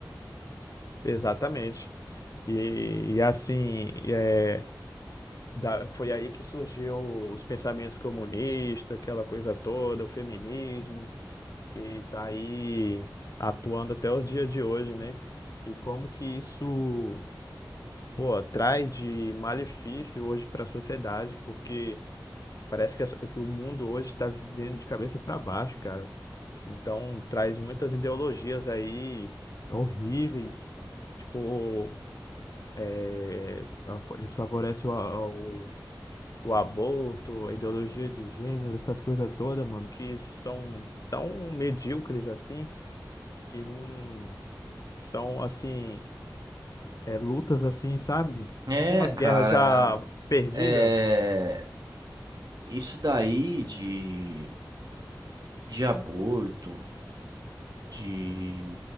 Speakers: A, on the left (about 50°); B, on the right (about 65°).
A: Exatamente. E, e assim, é, da- foi aí que surgiu os pensamentos comunistas, aquela coisa toda, o feminismo, e tá aí atuando até os dias de hoje, né? E como que isso, pô, traz de malefício hoje para a sociedade, porque. Parece que, essa- que o mundo hoje está vivendo de cabeça para baixo, cara. Então, traz muitas ideologias aí horríveis. Tipo, é, eles favorecem o, a- o, o aborto, a ideologia de gênero, essas coisas todas, mano, que são tão medíocres assim, que não são assim, é, lutas assim, sabe?
B: É,
A: Tipo umas
B: cara,
A: guerras já perdidas.
B: é isso daí de, de aborto, de,